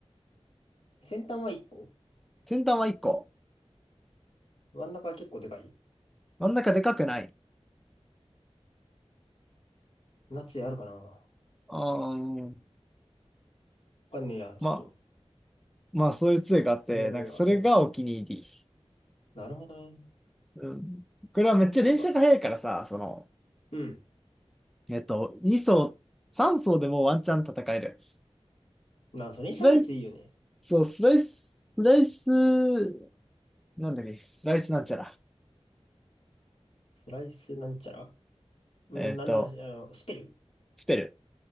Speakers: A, on the left; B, in the centre.
A: 先端は1個。
B: 先端は1個。
A: 真ん中は結構でかい。
B: 真ん中でかくない。
A: ナチあるかなわ
B: あー、
A: かんねえや。ちょっと、
B: まあ、まあ、そういう杖があって、
A: 見覚えが。
B: なんかそれがお気に入り。
A: うん。なるほどね。
B: うん。これはめっちゃ連射が速いからさ、
A: 金色か。
B: その、
A: うん。
B: えっと、2層、3層でもワンチャン戦える。
A: まあ、それにシャーツいいよね。
B: スライス、そう、スライス、スライス、なんだっけ、スライスなんちゃら。
A: スライスなんちゃらうん、
B: えっと、
A: なんならし、あの、スペル
B: 捨てる。